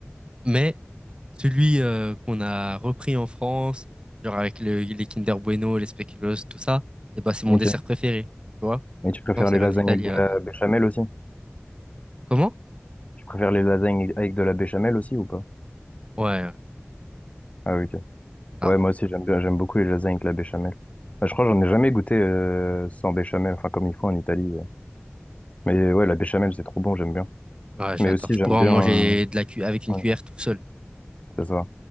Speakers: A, on the right (about 25°); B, on the left (about 30°).
A: Mais celui euh, qu'on a repris en France, genre avec le, les Kinder Bueno, les spéculoos, tout ça, et ben c'est mon
B: Ok.
A: dessert préféré, tu vois?
B: Et tu préfères
A: Non, ça
B: les
A: vient
B: lasagnes
A: de l'Italie
B: avec de
A: à la
B: la
A: base.
B: béchamel aussi?
A: Comment?
B: Tu préfères les lasagnes avec de la béchamel aussi ou pas?
A: Ouais, ouais.
B: Ah oui, ok.
A: ah,
B: Ouais, moi aussi, j'aime bien, j'aime beaucoup les lasagnes avec la béchamel. Bah, je crois que j'en ai jamais goûté euh, sans béchamel, enfin comme ils font en Italie. euh. Mais ouais, la béchamel, c'est trop bon, j'aime bien.
A: ouais, j'adore.
B: Mais aussi,
A: Je
B: j'aime
A: pourrais
B: bien,
A: en manger
B: euh,
A: de la cu avec une cuillère
B: ouais,
A: tout seul.
B: c'est ça.